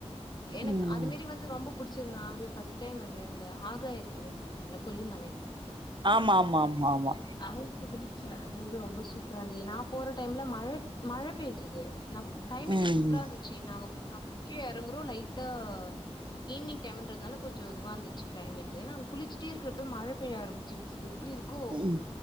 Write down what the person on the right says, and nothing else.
ம்
ஆமா ஆமா ஆமா ஆமா
ம்
ம்